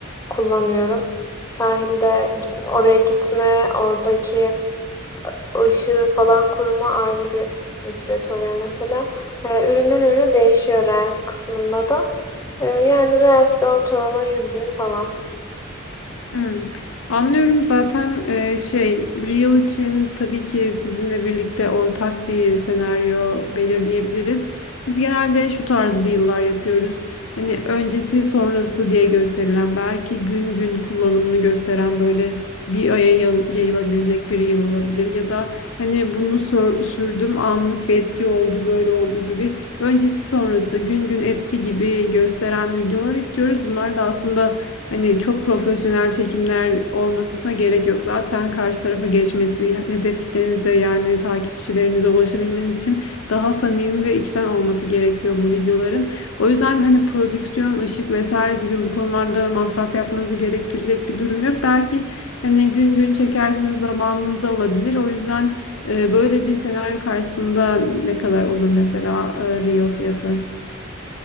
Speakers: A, on the left (about 15°); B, on the left (about 75°).
A: kullanıyorum. Sahilde oraya gitme, oradaki ışığı falan kurma ayrı bir ücret oluyor mesela. Ee, üründen ürüne değişiyor Reels kısmında da. Ee, yani Reels'de ortalama 100 bin falan.
B: Hmm. Anlıyorum zaten e, şey Real için tabii ki sizinle birlikte ortak bir senaryo belirleyebiliriz. Biz genelde şu tarz Reel'lar yapıyoruz. Hani öncesi sonrası diye gösterilen belki gün gün kullanımını gösteren böyle bir aya yayıl- yayılabilecek bir Reel olabilir. Ya da hani bunu sor- sürdüm anlık bir etki oldu böyle oldu gibi öncesi sonrası gün gün etki gibi gösteren videolar istiyoruz. Bunlar da aslında Hani çok profesyonel çekimler olmasına gerek yok. Zaten karşı tarafa geçmesi, hedef kitlenize yani takipçilerinize ulaşabilmeniz için daha samimi ve içten olması gerekiyor bu videoların. O yüzden hani prodüksiyon, ışık vesaire gibi bu konularda masraf yapmanızı gerektirecek bir durum yok. Belki hani gün gün çekerseniz zamanınızı alabilir. O yüzden e, böyle bir senaryo karşısında ne kadar olur mesela e, reel fiyatı?